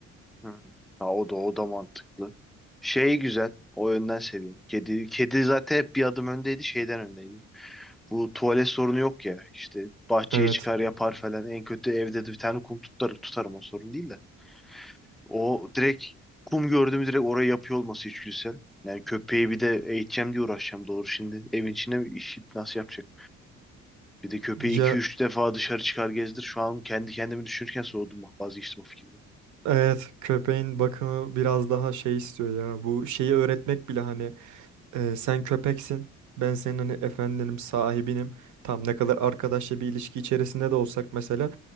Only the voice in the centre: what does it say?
Hı. Ha, o da o da mantıklı. Şey güzel. O yönden seviyorum. Kedi kedi zaten hep bir adım öndeydi, şeyden öndeydi. Bu tuvalet sorunu yok ya. İşte bahçeye
çıkar yapar falan. En kötü evde de bir tane kum tutarım, tutarım o sorun değil de. O direkt kum gördüğümü direkt oraya yapıyor olması içgüdüsel. Yani köpeği bir de eğiteceğim diye uğraşacağım doğru şimdi. Evin içine mi işi nasıl yapacak? Bir de köpeği
iki üç defa dışarı çıkar gezdir. Şu an kendi kendimi düşünürken soğudum bak vazgeçtim o fikirden.